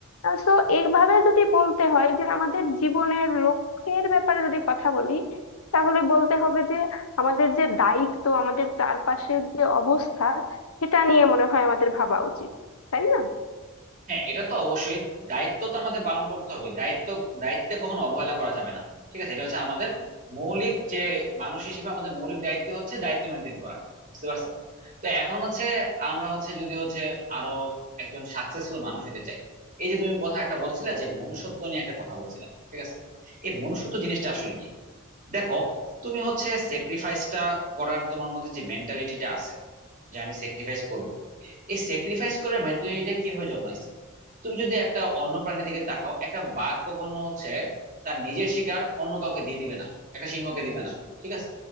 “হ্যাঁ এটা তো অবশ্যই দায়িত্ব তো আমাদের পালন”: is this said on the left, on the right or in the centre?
Right